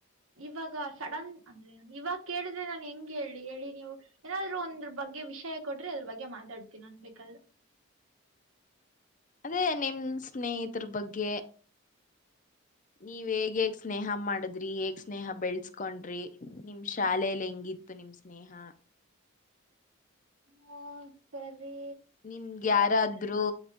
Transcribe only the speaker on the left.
ಅದೇ ನಿಮ್ ಸ್ನೇಹಿತರ ಬಗ್ಗೆ ನೀವ ಹೇಗ್ ಹೇಗ್ ಸ್ನೇಹ ಮಾಡದ್ರಿ ಹೇಗ್ ಸ್ನೇಹ ಬೆಳ್ಸ್ಕೊಂಡ್ರಿ ನಿಮ ಶಾಲೇೆಯಲ್ಲಿ ಹೆಂಗಿತ್ತು ನಿಮ್ದ ಸ್ನೇಹ <unintelligible>
ನಿಮ್ಗೆ ಯಾರಾದ್ರೂ